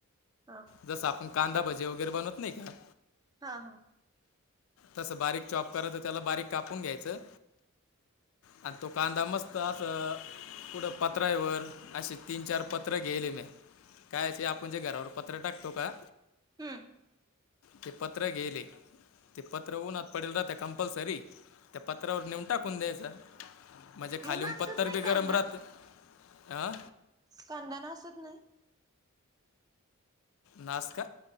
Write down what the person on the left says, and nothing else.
जस आपण कांदा भजे वगैरे बनवत नाही का
तसं बारीक चॉप करायच त्याला बारीक कापून घ्यायचं आणि तो कांदा मस्त असं पुढं पत्रावर असे तीन चार पत्र गेले मी कायचे आपण जे घरावर पत्र टाकतो का
ते पत्र गेले ते पत्र ऊन्हत पडेल राहते कंपल्सरी त्या पत्रावर नेऊन टाकून द्यायचं म्हणजे खालीम
पत्थर
बी
गरम राहत अ
नास्क